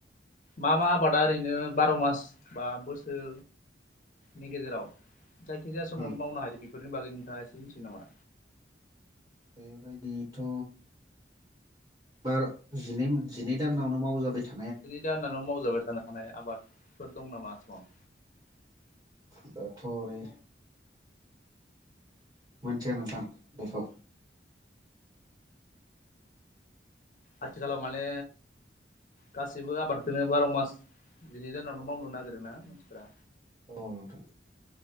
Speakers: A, on the left; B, on the right.
A: मा मा आबादा ओरैनो बार' मास बा बोसोर नि गेजेराव जायखिजाया समावनो
B: उम
A: मावनो हायो बेफोरनि बागै नोंथाङा एसे मिथिगो नामा?
B: बेबायदिथ' बा जि-जिनै दानावनो मावजाबाय था
A: जिनै दान दानाव मावजाबाय थानो हानाय आबादफोर दं नामा आसामाव?
B: दा थ' ओरै मोनथिया नोंथां बेखौ।
A: आथिखालाव माने गासैबो आबादखोनो बार' मास बिनि जाहनाव मावनो नागिरो ना मानसिफ्रा।
B: औ नोंथां।